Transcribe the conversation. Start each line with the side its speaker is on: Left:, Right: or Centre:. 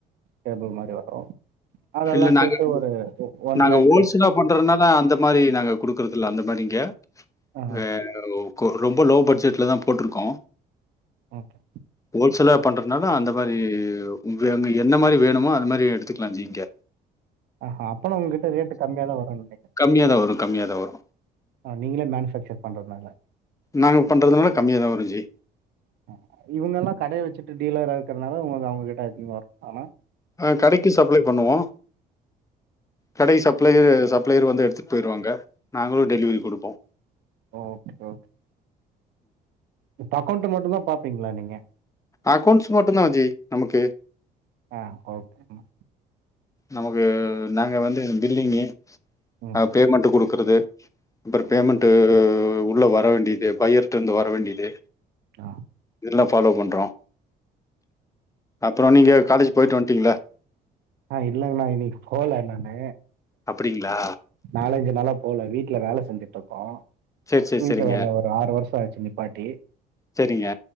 Right: டேபிள் மாரி வரு அதெல்லா
Left: இல்ல நாங்க
Right: சேத்து ஒரு ஒன்
Left: நாங்க
Right: லேக்கு
Left: ஓல்சேலா பண்றதனால அந்த மாரி நாங்க குடுக்குறது இல்ல அந்த மாரிங்க
Right: ஆ
Left: வ கொ ரொம்ப லோ பட்ஜெட்ல தா போட்ருக்கோ
Right: ஓகே
Left: ஹோல்சேல பண்றதுனால அந்த மாரி உங்கு அங்கு என்ன மாரி வேணுமோ அந்த மாரி எடுத்துக்லா ஜி இங்க
Right: ஆஹ அப்பனா உங்க கிட்ட ரேட்டு கம்மியா தா வருன்னு நெனைக்கிறே
Left: கம்மியாதா வரு கம்மியாதா வரு
Right: ஆ நீங்களே மேனுஃபேக்சர் பண்றதுனால
Left: நாங்க பண்றதுனால கம்மியாதா வருன் ஜி
Right: அ இவுங்கல்லா கடைய வெச்சிட்டு டீலரா இருக்கற்தனால உங்க அவுங்ககிட்ட அதிகமா வருமானா
Left: ஆ கடைக்கு சப்ளே பண்ணுவோ கடை சப்ளேயர் சப்ளேயர் வந்து எடுத்துட் போயிருவாங்க நாங்களு டெலிவரி குடுப்போ
Right: ஓகே ஓகே இப்ப அகௌண்ட் மட்டுந்தா பாப்பீங்களா நீங்க
Left: அக்கோண்ட்ஸ் மட்டுந்தா ஜி நமக்கு
Right: ஆ ஓகே ம்
Left: நமக்கு நாங்க வந்து இது பில்டிங்கு
Right: ம்
Left: அ பேமண்ட்டு குடுக்குறது அப்றோ பேமண்ட்டு உள்ள வர வேண்டியது பய்யர் ட்ருந்து வர வேண்டியது
Right: அ
Left: இதலா ஃபாலோ பண்றோ அப்புறோ நீங்க காலேஜ் போயிட்டு வந்துட்டீங்களா
Right: ஆ இல்லலைங்கண்ணா இன்னைக்கு போல நானு
Left: அப்டிங்களா
Right: நாலஞ்சு நாளா போல வீட்ல வேல செஞ்சுட்டு இருக்கோ
Left: சேரி சேரி
Right: வீட்டு
Left: சேரிங்க
Right: வேல ஒரு ஆறு வருஷோ ஆச்சு நிப்பாட்டி
Left: செரிங்க